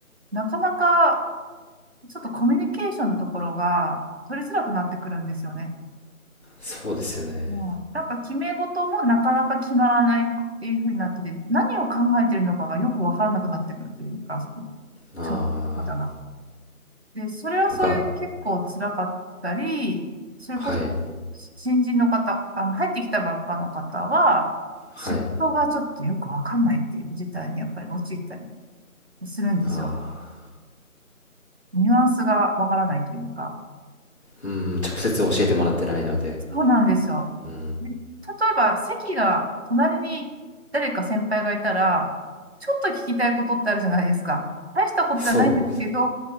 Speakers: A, on the right; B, on the left.
A: なかなかちょっとコミュニケーションのところが取りづらくなってくるんですよね。
B: そうですよね。
A: もう、なんか決め事もなかなか決まらないっていうふうになってて、何を考えてるのかがよくわからなくなってくるというか、その、
B: ああ、
A: 職の方が。で、それはそれで結構辛かったり、
B: なんか、
A: それこそ
B: はい、
A: 新人の方、あの、入ってきたばっかの方は、
B: はい、
A: 仕事がちょっとよくわかんないっていう事態にやっぱり陥ったりするんですよ。
B: ああ、
A: ニュアンスがわからないというか。
B: うん、直接教えてもらってないので、
A: そうなんですよ。
B: うん、
A: で、例えば席が隣に誰か先輩がいたら、ちょっと聞きたいことってあるじゃないですか。大したことじゃないんですけど、
B: そうです、